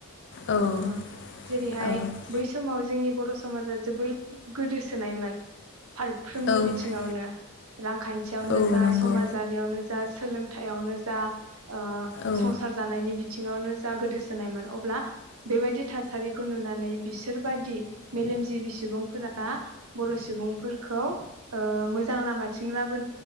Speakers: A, on the left; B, on the right.
A: औ
B: ओ जेरैहाय
A: औ
B: बै समाव, जोंनि बर' समाजा जोबोर गोदोसोनायमोन। फारफ्रोमबो
A: औ
B: बिथिङावनो रांखान्थि खाथियावनो
A: औ
B: जा
A: नंगौ
B: समाजारियावनो जा। जा सोलोंथायाइावनो जा। अ'
A: औ
B: संसार जानायनि बिथ बिथिआवनो जा गोदोसोनायमोन अब्ला बेबायदि थासारिखौ नुनानै बिसोरबाददि मेलेमजिबि सुबुंफोरा बर' सुबुंफोरखौ मोजां लामाथिं ला नो